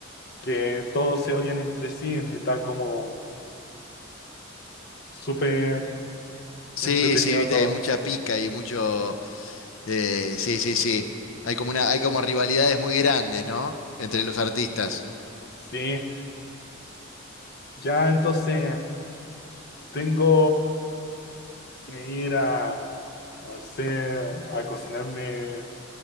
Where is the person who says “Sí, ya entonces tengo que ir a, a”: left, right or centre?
Left